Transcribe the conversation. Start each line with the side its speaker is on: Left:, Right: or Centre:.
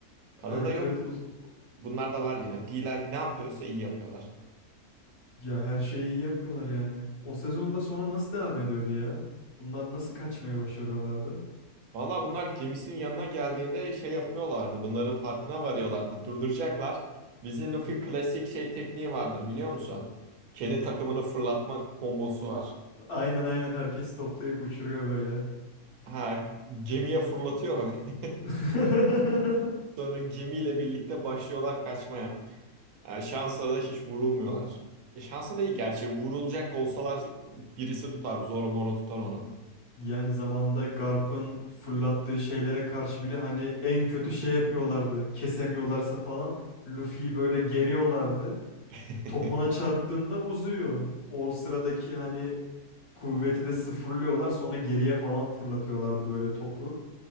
Right: Kanında
Left: Evet
Right: yok.
Left: evet
Right: Bunlar da var yine. D'ler ne yapıyorsa iyi yapıyorlar.
Left: Ya her şeyi iyi yapıyorlar yani. O sezonda sonra nasıl devam ediyordu ya? Bunlar nasıl kaçmaya başarıyorlardı?
Right: Valla bunlar gemisinin yanına geldiğinde şey yapıyorlardı. Bunların farkına varıyorlardı. Durduracaklar. Bizim Luffy klasik şey tekniği vardır biliyor musun? Kendi takımını fırlatma kombosu var.
Left: Aynen aynen herkes toplayıp uçuruyor böyle.
Right: Ha, gemiye fırlatıyor. <laughs>
Left: <laughs>
Right: Sonra gemiyle birlikte başlıyorlar kaçmaya. Yani şansa da hiç vurulmuyorlar. E, şansa da iyi gerçi. Vurulacak olsalar birisi tutar. Zoro Moro tutar onu.
Left: Yani zamanda Garp'ın fırlattığı şeylere karşı bile hani en kötü şey yapıyorlardı. Kesemiyorlarsa falan Luffy'yi böyle geriyorlardı.
Right: <laughs>
Left: Top ona çarptığında uzuyor. O sıradaki hani kuvveti de sıfırlıyorlar sonra geriye falan fırlatıyorlardı böyle topu.